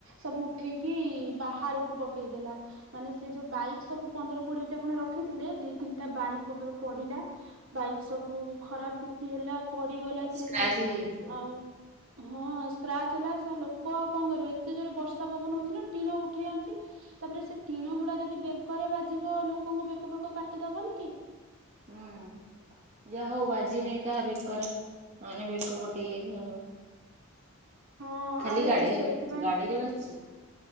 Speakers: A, on the right; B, on the right.
A: ସବୁ ଉଠେଇକି ବାହାରକୁ ପକେଇଦେଲା। ମାନେ ସେ ଯୋଉ ବାଇକ ସବୁ ପନ୍ଦର କୋଡିଏ ଟା ଖଣ୍ଡ ରଖିଥିଲେ ଦି ତିନିଟା ବାଇକ ଉପରେ ପଡିଲା। ବାଇକ୍ ସବୁ ଖରାପ କିଛି ହେଲା ପଡିଗଲା ଯେହେତୁ
B: ସ୍କ୍ରାଚ ହେଇଯାଇଥିବ
A: ଆଉ। ହଁ ସ୍କ୍ରାଚ ହେଲା ଲୋକ ଆଉ କଣ କରିବେ ଏତେ ଜୋରେ ବର୍ଷା ପବନ ହଉଛି ନା ଟିଣ ଉଠେଇ ଆଣିଛି। ତାପରେ ସେ ଟିଣ ଗୁଡା ଯଦି ବେକରେ ବାଜିବ ଲୋକଙ୍କୁ ବେକ ବେକ କାଟିଦବନି କି।
B: ହଁ। ଯାହା ହଉ ବାଜି ନାଇ କାହା ବେକରେ ମାନେ ବେକ କୋଟି
A: ହୁଁ।
B: ଯାଇଥା।
A: ହଁ
B: ଖାଲି
A: ଆରେ
B: ଗାଡି
A: ସେଇଥିପାଇଁ
B: ଗାଡିରେ ବାସିଛି।